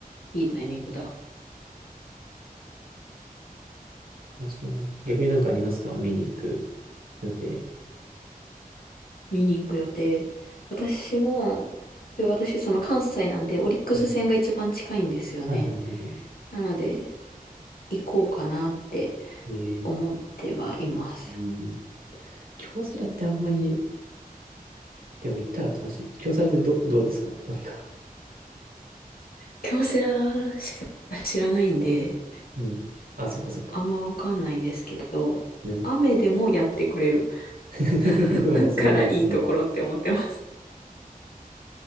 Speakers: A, on the left; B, on the right.
A: いいタイミングだ。
B: あ、そうだね。逆になんかありますか見に行く予定。
A: 見に行く予定。私も、え私、その関西なんで、オリックス戦が一番近いんですよね。
B: うんはいはいはいは
A: なので、行こうかなって
B: い。えー、
A: 思ってはいます。
B: うん。京セラってあんまり、でも行ったら楽しい。京セラってど、どうですかなんか。
A: 京セラしか知らないんで、
B: うん。あ、そっかそっか。
A: あんまわかんないんですけど、
B: ね。
A: 雨でもやってくれる
B: <laughs>
A: <laughs>
B: それはまとめる。
A: からいいところって思ってます。